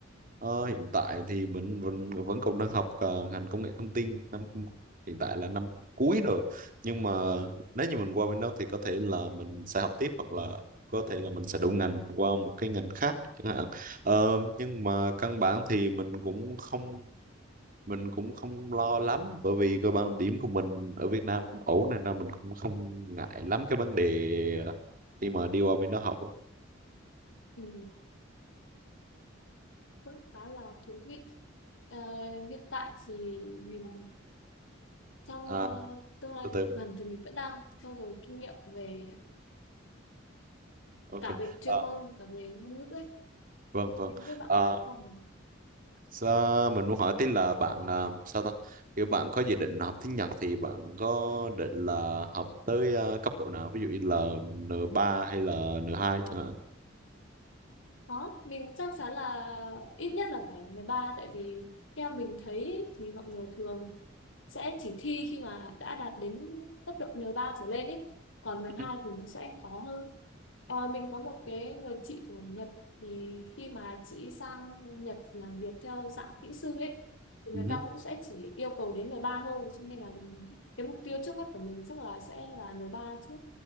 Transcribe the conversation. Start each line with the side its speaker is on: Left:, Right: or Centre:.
Right: Ờ, hiện tại thì mình vẫn vẫn còn đang học ờ, ngành công nghệ thông tin năm hiện tại là năm cuối rồi nhưng mà nếu như mình qua bên đó thì có thể là mình sẽ học tiếp hoặc là có thể là mình sẽ đổi ngành qua một cái ngành khác chẳng hạn Ờ, nhưng mà căn bản thì mình cũng không mình cũng không lo lắm bởi vì cơ bản là điểm của mình ở Việt Nam cũng ổn nên là mình cũng không ngại lắm cái vấn đề khi mà đi qua bên đó học á.
Left: Ừ, cũng khá là thú vị. Ờ, hiện tại thì mình trong
Right: à,
Left: ờ, tương lai
Right: từ từ
Left: gần thì mình vẫn đang trau dồi kinh nghiệm về
Right: ok
Left: cả về chuyên
Right: Ờ,
Left: môn cả về ngôn ngữ ấy
Right: vâng vâng
Left: thì không biết bạn
Right: Ờ,
Left: có có học
Right: Sa- mình muốn hỏi tí là bạn à, sao ta kiểu bạn có dự định học tiếng Nhật thì bạn có định là học tới à, cấp độ nào ví dụ như là n ba hay là n hai
Left: ờ,
Right: chẳng hạn
Left: Đó, mình chắc chắn là ít nhất là phải mười ba tại vì theo mình thấy thì mọi người thường sẽ chỉ thi khi mà đã đạt đến cấp độ n ba trở lên ý. Còn n
Right: <laughs>
Left: hai thì nó sẽ khó hơn. Ờ, mình có một cái người chị ở Nhật thì khi mà chị sang Nhật làm việc theo dạng kỹ sư ấy thì người
Right: Ừ.
Left: ta cũng sẽ chỉ yêu cầu đến n ba thôi cho nên là mình cái mục tiêu trước mắt của mình chắc là sẽ là n ba trước.